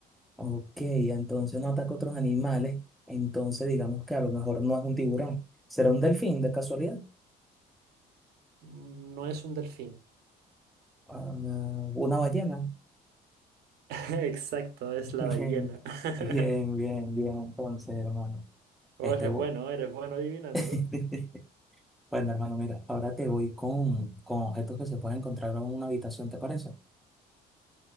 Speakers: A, in the centre; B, on the right.
A: Ok. Entonces no ataca a otros animales. Entonces digamos que a lo mejor no es un tiburón. ¿Será un delfín de casualidad?
B: No es un delfín.
A: Ah, ¿una ballena?
B: <laughs> Exacto, es
A: Bien,
B: la ballena. <laughs>
A: bien, bien, bien, entonces, hermano.
B: Oh,
A: Este,
B: eres
A: bu-
B: bueno, eres bueno adivinando.
A: <laughs> bueno, hermano, mira, ahora te voy con, con objetos que se pueden encontrar en una habitación, ¿te parece?